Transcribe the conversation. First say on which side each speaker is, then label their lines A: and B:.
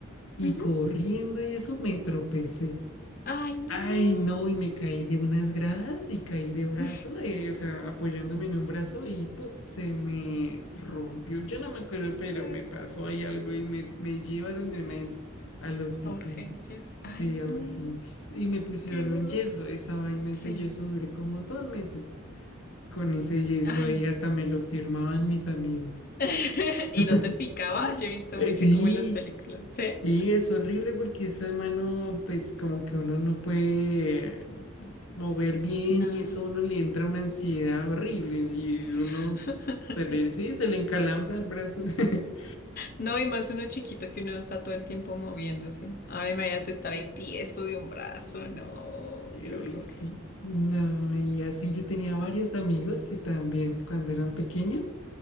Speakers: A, on the left; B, on the left.
A: Y
B: Ujú.
A: corriendo y eso me tropecé.
B: Ay, no.
A: Ay, no, y me caí de unas gradas y caí de brazo,
B: <laughs>
A: eh, o sea, apoyándome en un brazo y ¡pum! se me rompió. Yo no me acuerdo, pero
B: Ay,
A: me pasó ahí algo y me, me llevaron de una vez al hospital,
B: A urgencias. Ay,
A: sí,
B: no.
A: a urgencias. Y me pusieron
B: Qué dolor.
A: un yeso, esa vaina,
B: Sí.
A: ese yeso duré como dos meses con ese yeso
B: Ay.
A: ahí, hasta me lo firmaban mis amigos.
B: <laughs>
A: <laughs>
B: Y no te picaba, yo he visto
A: Eh,
B: mucho
A: Sí,
B: como en las películas, ¿sí?
A: y es horrible porque esa mano, pues como que uno no puede mover bien
B: Nada.
A: y eso a uno le entra una ansiedad horrible y
B: <laughs>
A: uno s- se le, sí, se le encalambra el brazo. <laughs>
B: No, y más uno chiquito que uno está todo el tiempo moviéndose. Ahora imagínate estar ahí tieso de un brazo, no,
A: Y
B: qué
A: uy,
B: horror.
A: sí, no, y así yo tenía varios amigos que también cuando eran pequeños